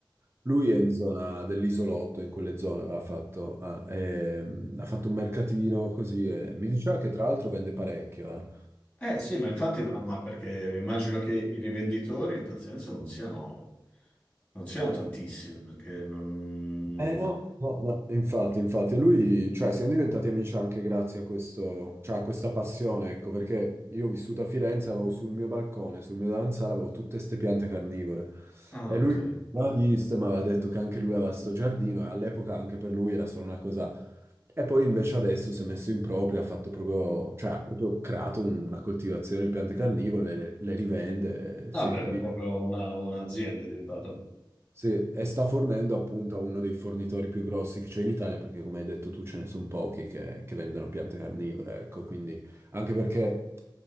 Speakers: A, on the right; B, on the left.
A: Lui è in zona dell'isolotto, in quelle zone aveva fatto, ah, ehm, ha fatto un mercatino così e mi diceva che tra l'altro vende parecchio, eh.
B: Eh sì, ma infatti, ma perché immagino che i rivenditori in tal senso non siano, non siano tantissimi, perché non...
A: Eh no, no, no, infatti, infatti, e lui, cioè, siamo diventati amici anche grazie a questo, cioè, a questa passione, ecco, perché io ho vissuto a Firenze, avevo sul mio balcone, sul mio davanzale, avevo tutte ste piante carnivore,
B: Ah,
A: e lui
B: ok.
A: l'ha vista, ma aveva detto che anche lui aveva sto giardino, e all'epoca anche per lui era solo una cosa, e poi invece adesso si è messo in proprio, ha fatto proprio, cioè, ha proprio creato una coltivazione di piante carnivore, le, le rivende, eh,
B: Vabbè,
A: sì,
B: è
A: vi-
B: proprio una- un'azienda è diventata.
A: sì, e sta fornendo appunto a uno dei fornitori più grossi che c'è in Italia, perché come hai detto tu ce ne sono pochi che, che vendono piante carnivore, ecco, quindi anche perché